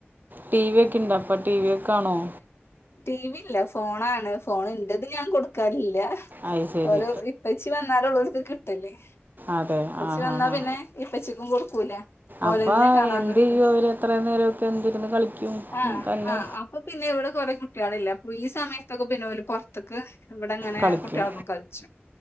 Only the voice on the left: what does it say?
ടിവില്ല ഫോണാണ് ഫോണ്ന്റെത്ഞാൻ കൊടുക്കാറില്ല്യാ
ഓര് ഇപ്പച്ചി വ ന്നാലൊളെള്ള്ക്ക് കിട്ടല്
ഇപ്പച്ചി
വന്നാ
പിന്നെ ഇപ്പച്ചിക്കും കൊടുക്കൂല
ഓലെന്നെ കാണാനിക്കും
ആഹ്
ആ ഹ് അപ്പ പിന്നെ ഇവിടെ കൊറെ കുട്ട്യാളില്ലേ അപ്പൊ ഈ സ് സമയതൊക്കപിന്നോല് പൊറത്ക്ക് ഇവിടങ്ങനെ
കുട്ട്യാളപ്പം കളിച്ചും